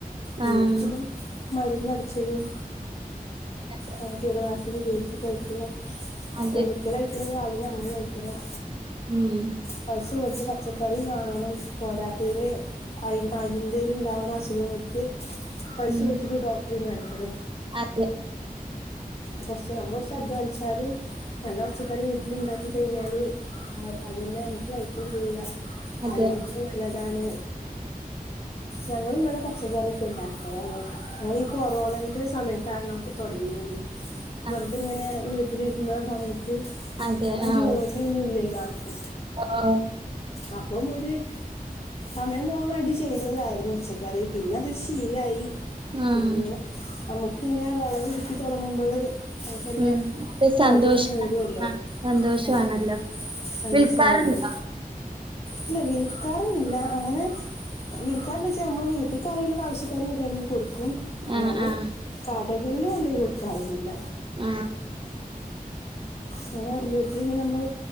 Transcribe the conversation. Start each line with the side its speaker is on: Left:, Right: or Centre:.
Left: ഇല്ലെങ്കി
Right: ആഹ്
Left: പിന്നെ മരുന്നടിച്ചതും
Right: അത്
Left: ആ, കീടനാശിനി ഉപയോഗിച്ച് കഴീട്ടുള്ള
Right: അതെ
Left: കെമിക്കല് ആയിട്ടുള്ള സാധനം നമ്മള് കഴിക്കണം
Right: ഉം
Left: പൈസ കൊടുത്ത് പച്ചക്കറി വാങ്ങണം പോരാത്തതിന് അതി അതിൻറേറൽ ഉണ്ടാവുന്ന അസുഖങ്ങൾക്ക് പൈസ
Right: ഉം
Left: കൊടുത്തിട്ട് ഡോ ഡക്ട്രി കാണിക്കണം
Right: അതെ
Left: കുറച്ച് നമ്മൾ കുറച്ച് അധ്വാനിച്ചാലും നല്ല പച്ചക്കറി വീട്ടില് ഉണ്ടാക്കി കഴിഞ്ഞാല് അതന്നെ നമുക്ക് കഴിക്കുകയും ചെയ്യാം
Right: അതെ
Left: ആരോഗ്യത്തിന് നല്ലതാണ് ഞങ്ങളും ഇവിടെ പച്ചക്കറിയൊക്കെ ഉണ്ടാക്കലാണ് അത് ഈ കൊറോണന്റെ സമയത്താണ് നമ്മുക്ക് തുടങ്ങിയത്
Right: ആ
Left: വെറുതെ ഇങ്ങനെ വീട്ടിലിരുന്ന സമയത്ത്
Right: അതെ
Left: അന്ന്
Right: ആഹ്
Left: ജോലിയൊന്നുംഇല്ലോല്ലോ ആർക്കും
Right: ഓഹ്
Left: അപ്പം ഒരു സമയം പോകാൻ വേണ്ടി ചെയ്തതായിരുന്നു പച്ചക്കറി പിന്നെ അതൊരു ശീലായി
Right: ആഹ്
Left: പിന്നെ ഇങ്ങനെ നമ്മുക്ക് ഇങ്ങനെ വിളവ് കിട്ടി തുടങ്ങുമ്പോള് നമ്മുക്കന്നെ
Right: ഉം അത്
Left: താല്പര്യം
Right: സന്തോഷാണ്
Left: കൂടുല്ലോ
Right: ആഹ് സന്തോഷാണല്ലോ
Left: ആഹ് സന്തോഷം
Right: വിളിക്കാറുണ്ടോ
Left: ആണല്ലോ ഇല്ല വിൽക്കാറൊന്നില്ല അങ്ങനെ വിൽ കാരണം വെച്ചാൽ നമ്മൾ വീട്ട് ക്ക് ആരെങ്കിലുംആവശ്യക്കാര് വരുവാണെങ്കി കൊടുക്കും അല്ലാതെ
Right: ആഹ് ആഹ് ആഹ്
Left: കടയ് കളിൽ കൊണ്ടെ പോയി കൊടുക്കാറൊന്നൂല്ല
Right: ആഹ്
Left: അങ്ങെനെ വീട്ടിൽന്ന് നമ്മള്